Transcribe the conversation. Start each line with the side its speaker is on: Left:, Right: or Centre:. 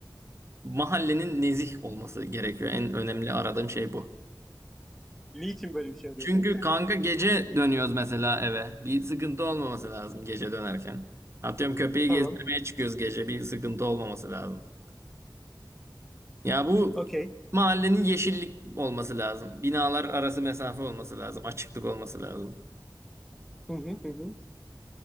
Right: mahallenin nezih olması gerekiyor. En önemli aradığım şey bu.
Centre: Niçin böyle bir şey arıyorsun?
Right: Çünkü kanka gece dönüyoruz mesela eve. Bir sıkıntı olmaması lazım gece dönerken. Atıyorum köpeği
Centre: <laughs> Tamam.
Right: gezdirmeye çıkıyoruz gece. Bir sıkıntı olmaması lazım. Ya bu
Centre: Okey.
Right: mahallenin yeşillik olması lazım. Binalar arası mesafe olması lazım. Açıklık olması lazım.
Centre: Hı hı hı hı.